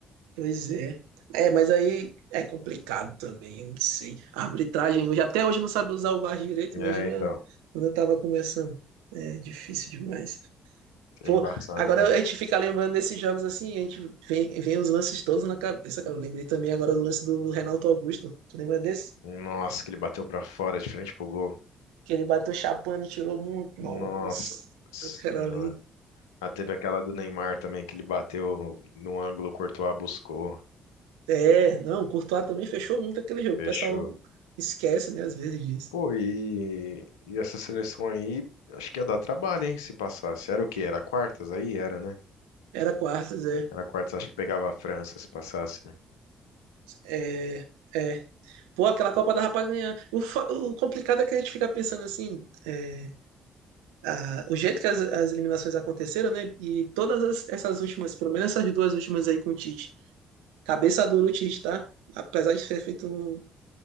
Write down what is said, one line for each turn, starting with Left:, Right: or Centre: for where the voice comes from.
Right: Pois é. É, mas aí é complicado também, eu não sei. A arbitragem hoje, até hoje não sabe usar o VAR direito,
Left: É,
Right: imagina
Left: então,
Right: quando eu tava começando. É difícil demais.
Left: é
Right: Pô,
Left: embaçado
Right: agora
Left: mesmo.
Right: a gente fica lembrando desses jogos assim, a gente vem, vem os lances todos na cabeça, cara. Eu lembrei também agora do lance do Renato Augusto. Tu lembra desse?
Left: Nossa, que ele bateu pra fora, de frente pro gol.
Right: Que ele bateu chapando e tirou muito.
Left: Nossa
Right: Nossa,
Left: Senhora.
Right: aquela ali.
Left: Ah, teve aquela do Neymar também, que ele bateu no ângulo, o Courtois buscou,
Right: É, não, o Courtois também fechou muito aquele jogo.
Left: fechou.
Right: O pessoal esquece, né, às vezes disso.
Left: Pô, e, e essa seleção aí, acho que ia dar trabalho, hein, se passasse. Era o quê? Era quartas aí? Era, né?
Right: Era quartas, é.
Left: Era quartas, acho que pegava a França se passasse, né?
Right: É, é. Pô, aquela Copa dava pra ganhar. O, fa- o complicado é que a gente fica pensando assim, é, a- o jeito que as, as eliminações aconteceram, né? E todas as- essas últimas, pelo menos essas duas últimas aí com o Tite. Cabeça dura o Tite, tá? Apesar de ter feito um,